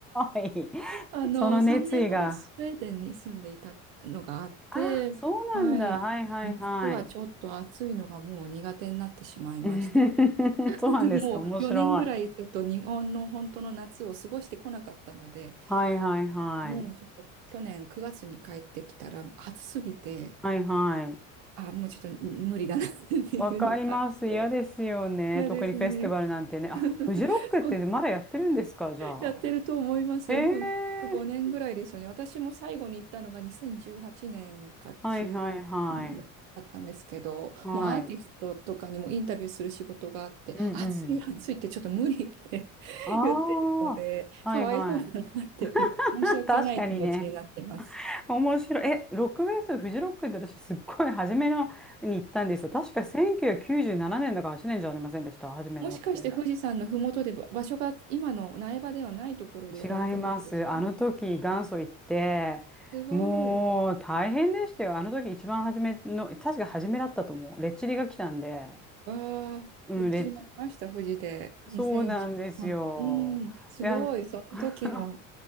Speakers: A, in the centre; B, on the right.
A: い。<laughs>
B: あの、
A: その熱意が。
B: 3年ほどスウェーデンに住んでいたのがあって、
A: あ、そうなんだ。
B: はい。
A: はいはいはい。
B: 夏はちょっと暑いのがもう苦手になってしまいまして、
A: <laughs> そうなんですか。
B: <laughs> もう4年ぐらいちょっと日本の本当の夏を過ごしてこなかったので、
A: 面白い。はいはいはい。
B: もうちょっと去年9月に帰ってきたら暑すぎて、
A: はいはい。
B: あ、もうちょっと無理だなっていうのがあって、
A: わかります。嫌ですよね。
B: 嫌ですね。
A: 特にフェスティバルなんてね。あ、
B: <laughs>
A: フジロックってまだやってるんですか、
B: そう
A: じゃあ。
B: やってると思います。
A: ええ
B: もう5年ぐらいですよね。私も最後に行ったのが2018年か10
A: はいはいはい。
B: だったんですけど、
A: はい。
B: もうアーティストとかにもインタビューする仕事があって、
A: うんうん。
B: 暑い暑いってちょっと無理って <laughs>
A: ああ、
B: 言ってるので、
A: はいは
B: かわいそうだなって申し訳ない気持ちになってます。
A: い。<laughs> 確かにね。面白い。え、ロックフェス、フジロックって私すっごい初めのに行ったんですよ。確か1997年だから8年じゃありませんでした、初めのって。
B: もしかして富士山のふもとでば場所が今の苗場ではないところでやられた時ですか
A: 違います。あの時元祖行って、
B: すごい。
A: もう大変でしたよ。あの時一番初めの、確か初めだったと思う。レッチリが来たんで、
B: わあ、
A: うん、
B: フェッチリも見ました、
A: レッチ、
B: 富士で。にせんじゅうあ2
A: そうなんですよ。
B: 0うん、すごい、
A: で、あの、
B: その時の
A: <laughs>